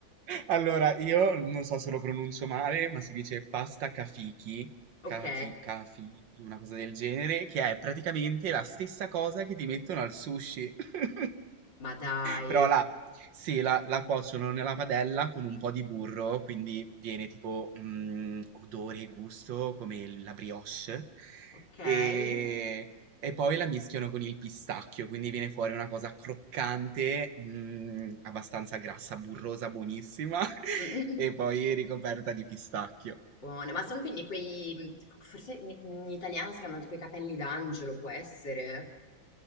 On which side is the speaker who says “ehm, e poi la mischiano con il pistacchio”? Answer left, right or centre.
Right